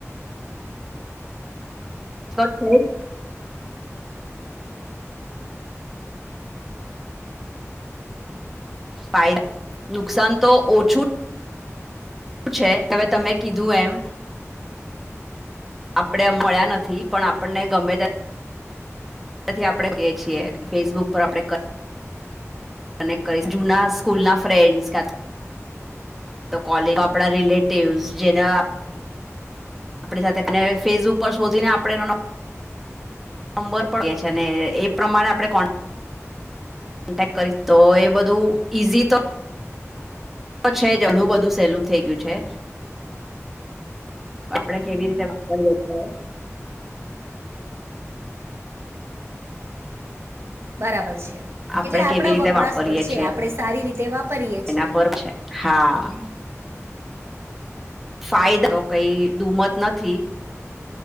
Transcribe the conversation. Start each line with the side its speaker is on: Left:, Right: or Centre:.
Centre: શટૅ સાહેડ ફાયદા નુકસાન તો ઓછું. શું છે, હવે તમે કીધું એમ આપણે મળ્યા નથી, પણ આપણને ગમે તે થી આપણે કહે છીએં, ફેસબુક પર આપણે અને ક‌ઇઝુના સ્કૂલ ના ફ્રેન્ડ્સ. કોલેજ આપણા રિલેટિવ્સ જેના આપણી સાથે અને ફેસબુક પર શોધીને આપણે એનો નો નંબર પણ છે, ને એ પ્રમાણે આપણે કોણ કોન્ટેક્ટ કરી તો એ બધું ઈઝી તો છે, જણું બધું સહેલું થઈ ગયું છે, આપડે કેવી રીતે વાપરીએ છે.
Right: બરાબર છે.
Centre: આપડે
Right: એટલે આપણા
Centre: કેવી રીતે
Right: વપરાશ
Centre: વાપરીએ
Right: પર છે,
Centre: છીએ
Right: આપણે સારી રીતે વાપરીએ છીએ.
Centre: એના પર છે હા ફાયદા કંઈ દુમત નથી.